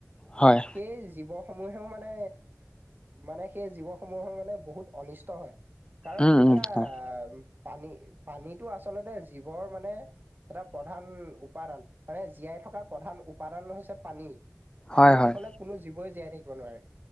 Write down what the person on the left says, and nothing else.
হয়
উম
উম হয়
হয় হয়